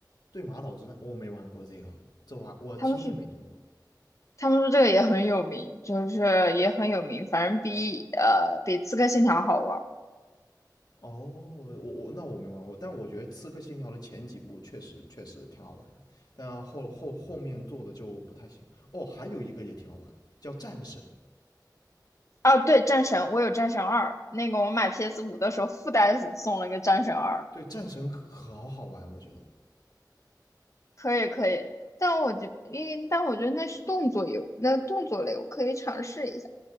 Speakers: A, on the left; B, on the left.
A: 对马岛之战我没玩过这个，这玩我听也没听过。
B: 他们是他们说这个也很有名，就是也很有名，反正比呃比《刺客信条》好玩儿
A: 哦，我我那我没玩过，但我觉得《刺客信条》的前几部确实确实挺好玩，但后后后面做的就不太行。哦，还有一个也挺好玩的，叫《战神》。
B: 啊，对，《战神》我有《战神二》，那个我买 PS 五的时候附带送了一个《战神二》，
A: 对，《战神》可好好玩，我觉得
B: 可以可以。但我觉，因为但我觉得那是动作游，那动作类我可以尝试一下。